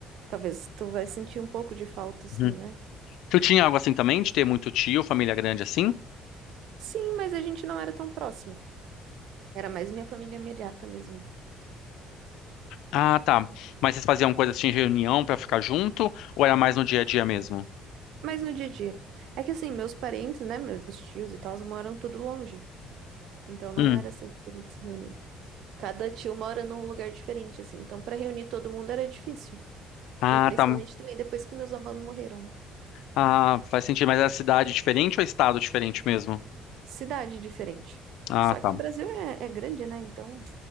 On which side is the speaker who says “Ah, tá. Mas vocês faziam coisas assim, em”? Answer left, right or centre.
Left